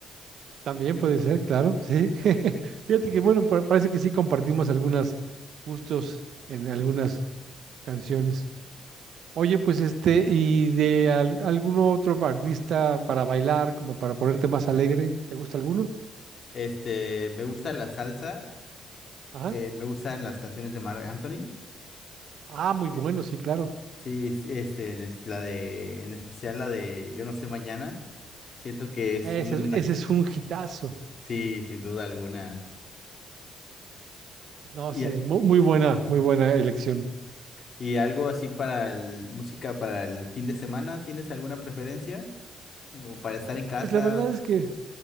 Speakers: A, on the right; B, on the left.
A: también puede ser, claro, sí. <laughs> Fíjate que, bueno, pa- parece que sí compartimos algunos gustos en algunas canciones. Oye, pues este, ¿y de al- algún otro artista para bailar, como para ponerte más alegre? ¿Te gusta alguno?
B: Este, me gusta la salsa,
A: Ajá.
B: eh, me gustan las canciones de Marc Anthony.
A: Ah, muy
B: eh,
A: bueno, sí, claro.
B: Sí, sí, este, es la de, en especial la de Yo no sé mañana, siento que es
A: Ese,
B: una,
A: ese
B: ca-
A: es un hitazo.
B: sí, sin duda alguna.
A: No,
B: Y,
A: sí,
B: a-
A: mu- muy, buena, muy buena elección.
B: y algo así para el, música para el fin de semana, ¿tienes alguna preferencia? Como para estar en casa.
A: Pues la verdad es que,